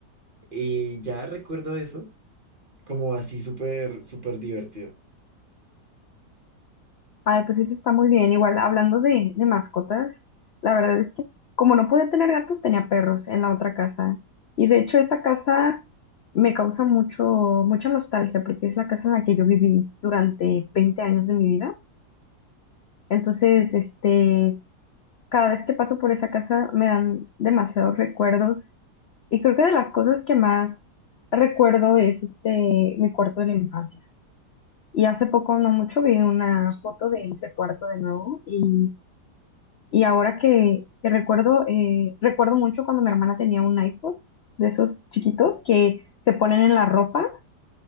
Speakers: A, on the right (about 30°); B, on the left (about 75°).
A: Y ya recuerdo eso como así súper, súper divertido.
B: Ay, pues eso está muy bien. Igual, hablando de, de mascotas, la verdad es que como no podía tener gatos, tenía perros en la otra casa. Y de hecho, esa casa me causa mucho, mucha nostalgia porque es la casa en la que yo viví durante 20 años de mi vida. Entonces, este, cada vez que paso por esa casa me dan demasiados recuerdos y creo que de las cosas que más recuerdo es este, mi cuarto de la infancia. Y hace poco, no mucho, vi una foto de ese cuarto de nuevo y, y ahora que, que recuerdo, eh, recuerdo mucho cuando mi hermana tenía un iPod de esos chiquitos que se ponen en la ropa,